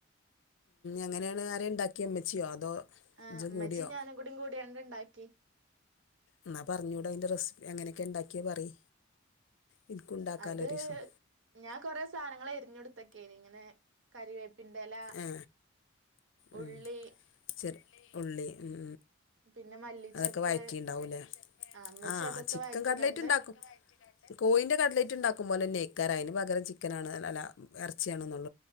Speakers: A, on the left (about 65°); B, on the right (about 65°).
A: അങ്ങനെണെ അര- താക്കിയിമ്മച്ചിയോ അതോ
B: ആഹ്
A: ഇജ്ജ്
B: ഉമ്മേച്ചി
A: കൂടിയോ
B: ഞാനുംകൂടികൂടിയാണ് ണ്ടാക്കി
A: എന്നാ പറഞ്ഞൂടാ അയ്റ്റെ റെസിപ്പി അങ്ങനെക്കെണ്ടാക്കിയെ പറയ് എനിക്കും ഉണ്ടാക്കാമല്ലോ
B: അത്
A: ഒരു ദിവസം
B: ഞാൻ കൊറെ സാനങ്ങളരിഞ്ഞൊടുത്തൊക്കൊയിനി ഇങ്ങനെ കറിവെ- പിന്തെല
A: ഏ ഉം.
B: ഉള്ളി
A: ചെറു ഉള്ളി ഉം
B: പിന്നെ മല്ലിച്ചപ്പ്
A: അതൊക്കെ വഴറ്റിണ്ടാവുംല്ലേ
B: ഇമ്മച്ചി
A: ആഹ്
B: അതൊക്കെ
A: ചിക്കൻ
B: വഴറ്റിക്കാണ്ട്
A: കട്ലേറ്റ് ഉണ്ടാക്കും കോയിന്റെ കട്ലേറ്റ് ഉണ്ടാക്കും പോലെ നെയക്കാര അതിന് പറ ഭങ്കരം ചിക്കൻനാണ് അല്ല ഇറച്ചിയണെന്നുള്ളത്